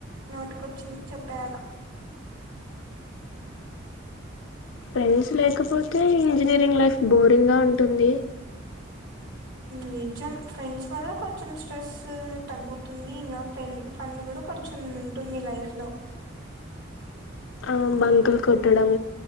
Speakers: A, on the right (about 70°); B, on the left (about 80°).
A: నోటికొచ్చింది చెప్పేయాల
B: ఫ్రెండ్స్ లేకపోతే ఇంజనీరింగ్ లైఫ్ బోరింగ్ గా ఉంటుంది
A: నిజం ఫ్రెండ్స్ వల్ల కొంచెం స్ట్రెస్ తగ్గుతుంది ఇంకా ఫెం ఫన్ కూడా కొంచెం ఉంటుంది లైఫ్ లో
B: ఆ బంకుల్ కొట్టడం